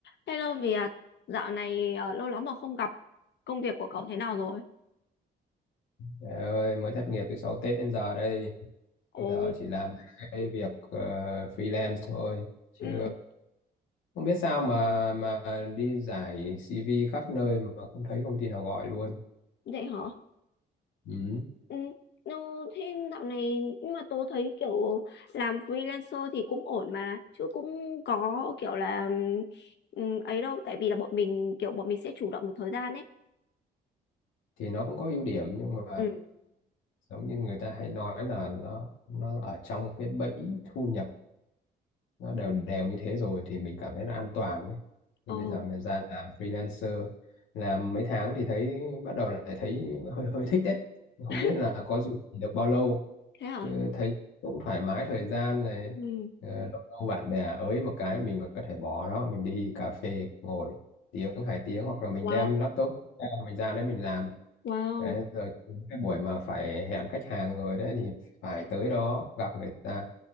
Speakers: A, on the left; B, on the left.
A: Hello Việt, dạo này ờ, lâu lắm mà không gặp. Công việc của cậu thế nào rồi?
B: Trời ơi, mới thất nghiệp từ sau Tết đến giờ đây. Giờ
A: Ồ,
B: chỉ làm cái việc ờ, freelance thôi. Chứ
A: ừ,
B: không biết sao mà mà đi giải CV khắp nơi mà không thấy công ty nào gọi luôn.
A: vậy hả?
B: Ừ.
A: Ừ, no, thế dạo này nhưng mà tớ thấy kiểu làm freelancer thì cũng ổn mà, chứ cũng có kiểu là ừ, ấy đâu, tại vì là bọn mình kiểu bọn mình sẽ chủ động một thời gian ấy.
B: Thì nó cũng có ưu điểm nhưng mà
A: Ừ.
B: giống như người ta hay nói là nó nó ở trong cái bẫy thu nhập nó đều đều như thế rồi thì mình cảm thấy là an toàn ấy. Nhưng
A: Ồ,
B: bây giờ mình ra làm freelancer làm mấy tháng thì thấy bắt đầu lại thấy hơi hơi thích đấy không
A: <laughs>
B: biết là có duy trì được bao lâu
A: thế hả?
B: chứ thấy cũng thoải mái thời gian này
A: Ừ.
B: ờ, lâu lâu bạn bè ới một cái mình có thể bỏ đó mình đi cà phê ngồi tiếng hai tiếng hoặc là mình
A: Wow,
B: đem laptop ra, mình ra đấy mình làm
A: wow.
B: đấy, rồi những cái buổi mà phải hẹn khách hàng rồi đấy thì phải tới đó gặp người ta